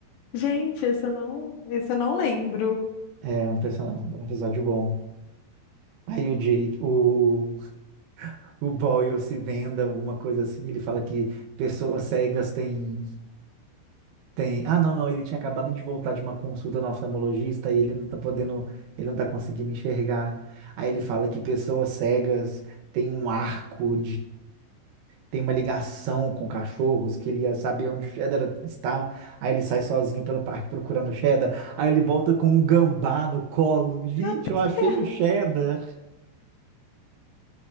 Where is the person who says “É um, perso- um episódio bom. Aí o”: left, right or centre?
Right